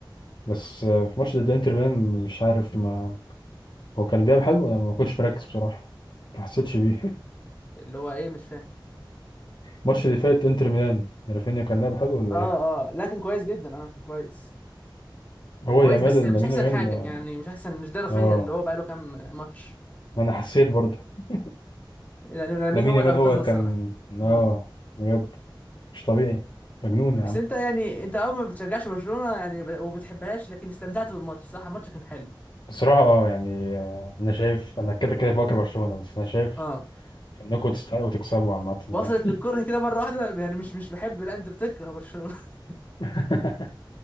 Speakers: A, on the left; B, on the left.
A: بس آه، في ماتش ضد انتر ميلان مش عارف ما هو كان لعب حلو ولا ما كنتش مركز بصراحة ما حسيتش بيه <laughs>
B: اللي هو ايه مش فاهم
A: الماتش اللي فات انتر ميلان رافينيا كان لعب حلو ولا
B: اه
A: ايه
B: اه لا كان كويس جدا اه كان كويس كان
A: هو
B: كويس
A: يامال
B: بس مش
A: لامين
B: احسن
A: يامال
B: حاجه
A: اه
B: يعني مش احسن مش ده رافينيا
A: آه،
B: اللي هو بقاله كام ماتش
A: ما انا حسيت برضه <laughs>
B: يعني مين
A: لامين
B: هو
A: يامال
B: اللي انقذنا
A: هو
B: الصراحه
A: كان اه
B: امم
A: بجد مش طبيعي مجنون يا
B: بس
A: عم
B: انت يعني انت اه ما بتشجعش برشلونه يعني ب- وما بتحبهاش لكن استمتعت بالماتش صح الماتش كان حلو
A: بصراحة اه يعني آه، انا شايف
B: مم.
A: انا كده كده بكره برشلونة بس انا شايف
B: اه
A: انكم تستحقوا تكسبوا عامة
B: وصلت
A: يعني
B: للكره كده مره واحده يعني مش مش بحب لا انت بتكره برشلونه <laughs>
A: <laughs>